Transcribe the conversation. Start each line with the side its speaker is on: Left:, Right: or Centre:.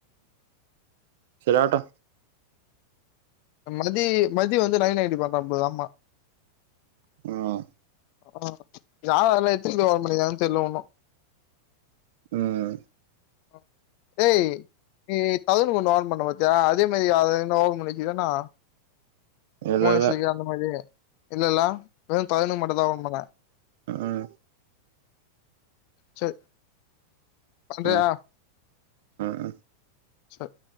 Right: சேரி ஆவ்டு
Left: மதி மதி வந்து நைன் நைன்ட்டி பாத்தா போ ஆம்மா
Right: ம்
Left: ஆ யா அதல்லா எத்திணி போய் வர தெரியில உண்ணு
Right: ம்
Left: அ ஏய் நீ தகுட் கொஞ்சொ ஆன் பண்ண பத்தியா அதே மாரி அத என்ன ஓபன் பண்ணிச்சுதன்னா
Right: இல்ல
Left: மோனஷ்க்கு
Right: இல்ல
Left: அந்த மாரி இல்லல்ல வேல் தயன மட்டு தா <unintelligible>
Right: ம்
Left: செர் பண்றியா
Right: ம் ம்
Left: செர்